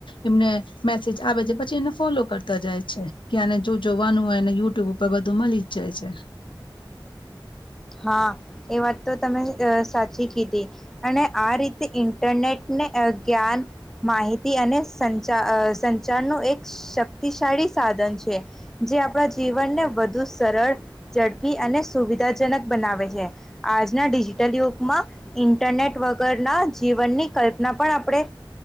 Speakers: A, on the left; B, in the centre.
A: એમને મેસેજ આવે છે પછી એને ફોલો કરતા જાય છે કે આને જો જોવાનું હોય એને યુટ્યુબ ઉપર બ ધું મલીજ જાય છે.
B: હા, એ વાત તો તમે અહ સાચી કીધી અને આ રીતે ઇન્ટરનેટને અહ જ્ઞાન માહિતી અને સંચાર અહ સંચારનું એક શક્તિશાળી સાધન છે, જે આપદઉંજીવનને વધુ સરળ ઝડપી અને સુવિધા જનક બનાવે છે. આજના ડિજિટલ યુગમાં ઇન્ટરનેટ વગરના જીવનની કલ્પના પણ આપડે